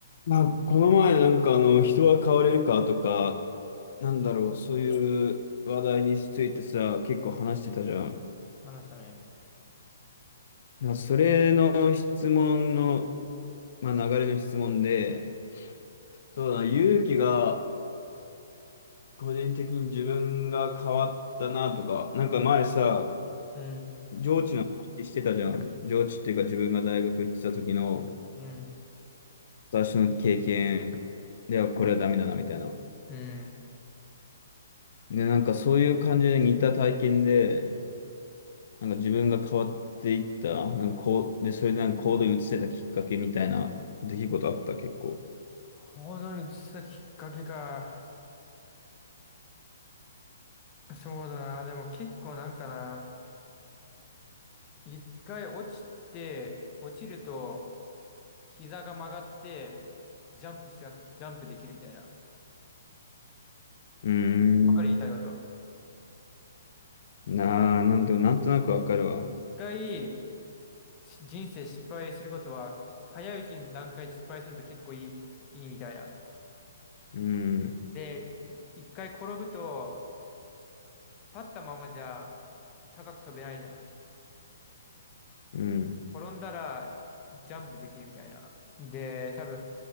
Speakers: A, on the left (about 60°); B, on the left (about 25°).
A: まあ、この前なんかあの人は変われるかとか、なんだろう、そういう話題についてさ、結構話してたじゃん。
B: 話したね。
A: いやそれの質問の、まあ、流れの質問で、そうだな、勇気が個人的に自分が変わったなとか、なんか前さ、
B: うん、
A: 上智の話してたじゃん。上智っていうか自分が大学行ってた時の
B: うん、
A: 私の経験ではこれはダメだなみたいな。
B: うん。
A: で、なんかそういう感じで似た体験で、なんか自分が変わっていった、なんかこう、で、それでなんか行動に移せたきっかけみたいな出来事あった、結構。
B: 行動に移したきっかけか。そうだな。でも結構なんかな。一回落ちて、落ちると膝が曲がって、ジャンプしやす、ジャンプできるみたいな。
A: うーん。
B: わかる言いたいこと。
A: なあ、なんと、なんとなくわかるわ。う
B: 一回し人生失敗することは、早いうちに段階失敗すると結構いい、いいみたいな。
A: ーん。
B: で、い一回転ぶと、立ったままじゃ高く飛べないじゃん。
A: うん。
B: 転んだらジャンプできるみたいな。で、多分、